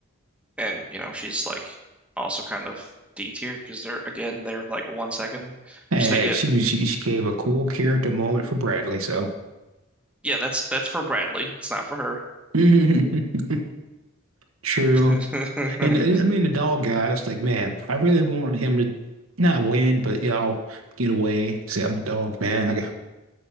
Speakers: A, in the centre; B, on the right (about 85°).
A: and you know she's like also kind of D tier because they're again they're like one second
B: Hey,
A: just to
B: hey,
A: get
B: she was she, she gave a cool character moment for Bradley, so.
A: yeah that's that's for Bradley it's not for
B: <laughs> True.
A: her
B: And uh, I mean, the dog guy, it's like, man, I really wanted him to not win, but y'all get away. Say, I'm a dog, man. I got,